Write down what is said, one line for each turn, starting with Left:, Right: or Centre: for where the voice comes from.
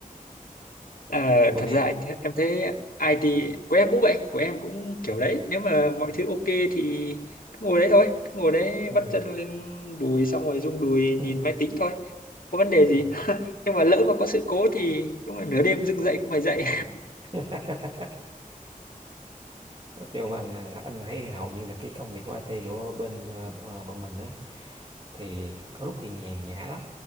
Left: Ờ,
Right: bên
Left: thật
Right: em
Left: ra anh th- em thấy IT của em cũng vậy của em cũng kiểu đấy nếu mà mọi thứ ok thì cứ ngồi đấy thôi cứ ngồi đấy
Right: ừ,
Left: vắt chân lên đùi xong rồi rung đùi nhìn
Right: ừ,
Left: máy tính thôi có vấn đề
Right: ừ.
Left: gì nhưng mà lỡ mà có sự cố thì đúng là nửa đêm dựng dậy cũng phải dậy
Right: <laughs> Nói chung anh à, anh thấy hầu như là cái công việc của IT của bên à, à, bọn mình á thì có lúc thì nhàn nhã lắm